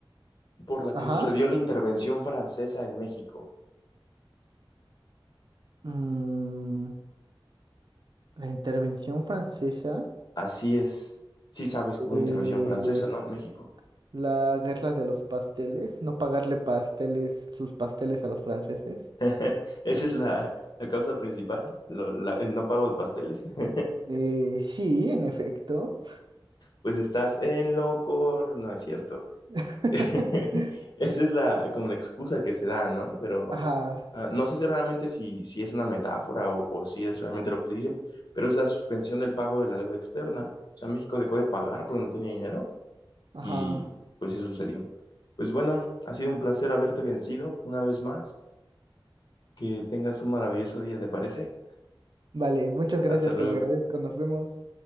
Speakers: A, on the left (about 55°); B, on the right (about 55°).
A: por la
B: Ajá.
A: que sucedió la intervención francesa en México?
B: Mm, la intervención francesa,
A: Así es, sí sabes
B: eh,
A: que hubo una intervención francesa, ¿no? En México.
B: la guerra de los pasteles, no pagarle pasteles, sus pasteles a los franceses.
A: <laughs> Esa es la, la causa principal, lo- la- el no pago de pasteles. <laughs>
B: Eh, sí, en efecto.
A: Pues estás en loco, no es cierto.
B: <laughs>
A: <laughs> Esa es la, como la excusa que se da, ¿no? Pero
B: Ajá,
A: ah, no sé si realmente si, si es una metáfora o, o si es realmente lo que se dice, pero es la suspensión del pago de la deuda externa. O sea, México dejó de pagar porque no tenía dinero
B: ajá.
A: y pues eso sucedió. Pues bueno, ha sido un placer haberte vencido una vez más. Que tengas un maravilloso día, ¿te parece?
B: Vale, muchas gracias,
A: Hasta luego.
B: te lo agradezco, nos vemos.